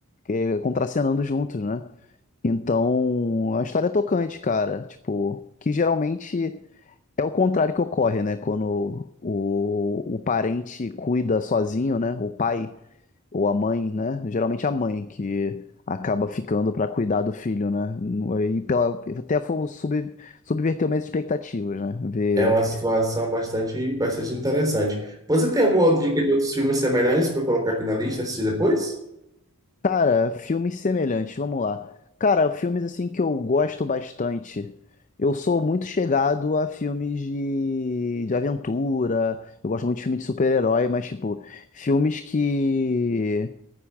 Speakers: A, on the left (about 35°); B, on the right (about 15°).
A: é, contracenando juntos, né? Então, a história é tocante, cara. Tipo, que geralmente... É o contrário que ocorre, né? Quando o, o parente cuida sozinho, né? O pai ou a mãe, né? Geralmente a mãe que acaba ficando para cuidar do filho, né? E pela, até foi sub, subverter minhas expectativas, né? Ver.
B: É uma situação bastante, bastante interessante. Você tem alguma outra dica de outros filmes semelhantes para eu colocar aqui na lista e assistir depois?
A: Cara, filmes semelhantes, vamos lá. Cara, filmes assim que eu gosto bastante. Eu sou muito chegado a filmes de, de aventura. Eu gosto muito de filme de super-herói, mas, tipo, filmes que